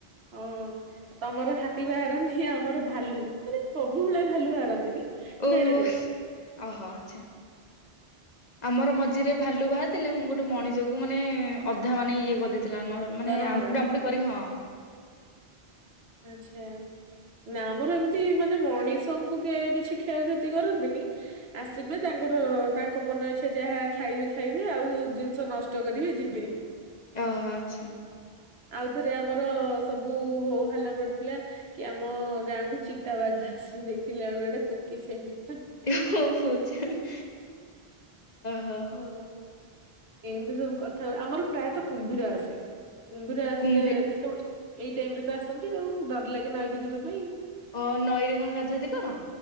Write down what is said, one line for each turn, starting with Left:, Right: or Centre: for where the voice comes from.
Right: ହଁ ତମର ହାତୀ ବାହାରନ୍ତି ଆମର ଭାଲୁ। ମାନେ ସବୁବେଳେ ଭାଲୁ ବାହାରନ୍ତିନି
Left: ଓହୋ
Right: ବେଳେ ବେଳେ।
Left: ଓହୋ ଆଚ୍ଛା। ଆମର ମଝିରେ ଭାଲୁ ବାହାରିଥିଲେ। ମୁଁ ଗୋଟେ ମଣିଷକୁ ମାନେ ଅଧା ମାନେ ଇଏ କରିଦେଇ ଥିଲା ମାନେ
Right: ଦରମରା
Left: ଆମ୍ପୁଡି ଆମ୍ପୁଡି କରିକି ହଁ।
Right: ଆଚ୍ଛା। ନା ଆମର ଏମିତି ମାନେ ମଣିଷଙ୍କୁ କେ କିଛି କ୍ଷୟକ୍ଷତି କରନ୍ତିନି। ଆସିବେ ତା ତାଙ୍କର ତାଙ୍କ ମନ ଇଚ୍ଛା ଯାହା ଖାଇବେ ଖାଇବେ। ଆଉ ଜିନିଷ ନଷ୍ଟ କରିବେ ଯିବେ।
Left: ଓ ହ ଆଛା।
Right: ଆଉଥରେ ଆମର ସବୁ ହୋ ହାଲ୍ଲା ପଡିଥିଲା। କି ଆମ ଗାଁ କୁ ଚିତାବାଘ ଆସିଚି ଦେଖିଲା ବେଳୁ ଏଟା କୋକିଶିଆଳ
Left: <unintelligible> ଅ ହୋ।
Right: ହଁ ଏମିତି ସବୁ କଥା ହୁଏ ।ଆମର ପ୍ରାୟତଃ କୁମ୍ଭୀର ଆସେ କୁମ୍ଭୀର ଆସିଲେ
Left: କୁମ୍ଭୀ
Right: ଯେତେବେଳେ ଏଇ ଟାଇମ ରେ ତ ଆସନ୍ତି ଆଉ ।ଡର ଲାଗେ ନଈକି ଯିବା ପାଇଁ।
Left: ଓ ନଈରେ କଣ ଗାଧୁଆଗାଧି କର।